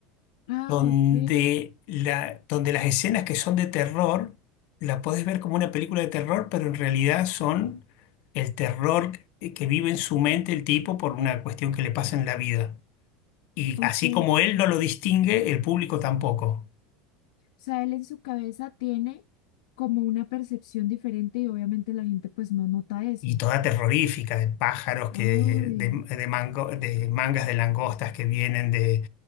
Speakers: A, on the left; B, on the left.
A: Ah,
B: donde,
A: ok,
B: la, donde las escenas que son de terror, la puedes ver como una película de terror, pero en realidad son el terror que que vive en su mente el tipo por una cuestión que le pasa en la vida. Y
A: ok.
B: así como él no lo distingue, el público tampoco.
A: O sea, él en su cabeza tiene como una percepción diferente y obviamente la gente pues no nota eso.
B: Y toda terrorífica, de pájaros, que,
A: Uy,
B: de, de mango- de mangas de langostas que vienen de